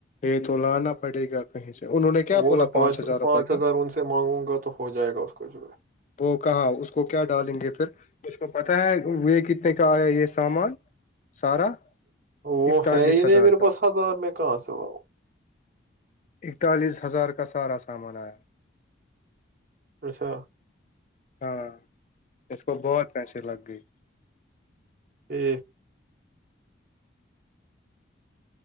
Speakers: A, on the left; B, on the right.
A: یہ تو لانا پڑے گا کہیں سے انہوں نے کیا
B: وہ
A: بولا
B: میں
A: پانچ ہزار روپئے کا
B: ہزار ان سے مانگوں گا تو ہو جائے گا اس کو جو ہے
A: وہ کہاں اس کو کیا ڈالیں گے پھر اس کو پتہ ہے یہ کتنے کا آیا یہ سامان سارا
B: وہ
A: اکتالیس
B: ہے ہی
A: ہزار
B: نہیں میرے
A: کا
B: پاس ہزار میں کہاں سے با ہؤ
A: اکتالیس ہزار کا سارا سامان آیا
B: اچھا
A: ہاں اس کو بہت پیسے لگ گئے
B: ہی